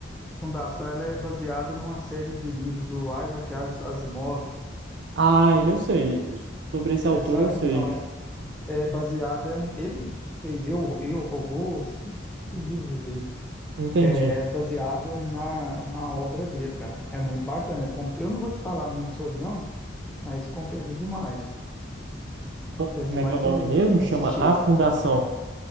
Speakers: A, in the centre; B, on the right.
A: Fundação, ela é baseada numa série de livros do Isaac As- Asimov.
B: Ah, ele eu sei. Os- Sobre esse
A: Você
B: autor
A: sabe?
B: eu sei.
A: Então, é, é baseada. é- Ele fez Eu, Eu, Robô, esses, esses livros aí.
B: Entendi.
A: É baseado na, na obra dele, cara. É muito bacana. Com- Eu não vou te falar muito sobre, não, mas compensa demais.
B: Co-
A: Compensa
B: Como
A: demais
B: é que é o nome
A: você
B: mesmo?
A: assistir.
B: Chama A Fundação.